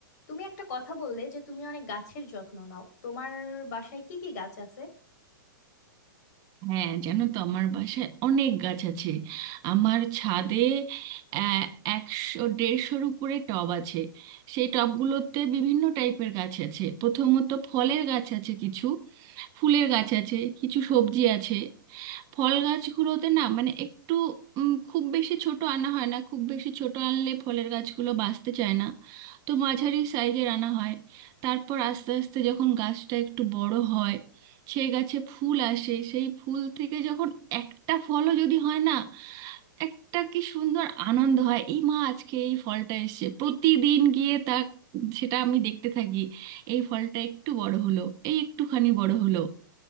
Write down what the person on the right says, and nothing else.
হ্যাঁ জানো তো আমার বাসায় অনেক গাছ আছে আমার ছাদে আহ, একশো দেড়শোর উপরে টব আছে সেই টবগুলোতে বিভিন্ন টাইপের গাছ আছে প্রথমত ফলের গাছ আছে কিছু ফুলের গাছ আছে কিছু সবজি আছে ফল গাছগুলোতে না মানে একটু উম, খুব বেশি ছোট আনা হয় না খুব বেশি ছোট আনলে ফলের গাছগুলো বাঁচতে চায় না তো মাঝারি সাইজের আনা হয় তারপর আস্তে আস্তে যখন গাছটা একটু বড় হয় সে গাছে ফুল আসে সেই ফুল থেকে যখন একটা ফলও যদি হয় না একটা কি সুন্দর আনন্দ হয় এই মা আজকে এই ফলটা এসেছে প্রতিদিন গিয়ে তা সেটা আমি দেখতে থাকি এই ফলটা একটু বড় হলো এই একটুখানি বড় হলো